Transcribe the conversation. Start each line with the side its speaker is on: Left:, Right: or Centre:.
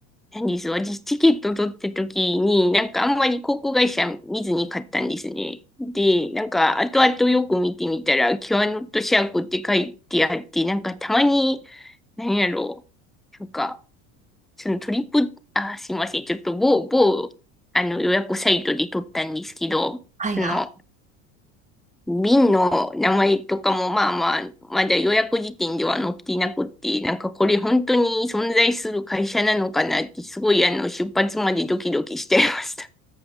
Centre: なんです私、チケット取った時に、なんかあんまり航空会社見ずに買ったんですね。で、なんか後々よく見てみたら、キュアノットシャークって書いてあって、なんかたまに、何やろう、なんか、そのトリップ、あ、すいません、ちょっと某、某、あの予約サイトで取ったんですけど、
Right: はいはい。
Centre: その、瓶の名前とかもまあまあ、まだ予約時点では載っていなくって、なんかこれ本当に存在する会社なのかなって、すごいあの、出発までドキドキしちゃいました。